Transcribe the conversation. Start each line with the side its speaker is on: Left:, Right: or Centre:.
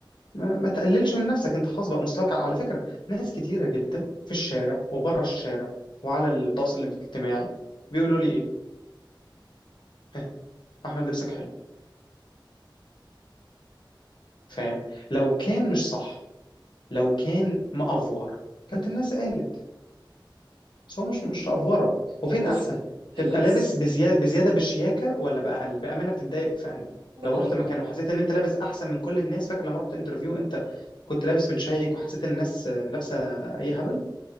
Left: ما, ما تقللش من نفسك انت خلاص بقى مستواك على على فكرة ناس كتيرة جدا في الشارع وبره الشارع وعلى التواصل الاجتماعي بيقولوا لي ايه ها احمد لبسك حلو فاهم لو كان مش صح لو كان مأفور كانت الناس قالت بس هو مش مش أفورة وفين
Right: هو بص
Left: احسن تبقى
Right: اللبس
Left: لابس بزيادة, بزيادة بالشياكة ولا بأقل بأمانة بتتضايق في أنهي
Right: ما انا
Left: لو
Right: بقول
Left: رحت
Right: لك
Left: مكان
Right: اه
Left: وحسيت ان انت لابس احسن من كل الناس فاكر لما رحت انترفيو انت كنت لابس متشيك وحسيت ان الناس آه، لابسة اي هبل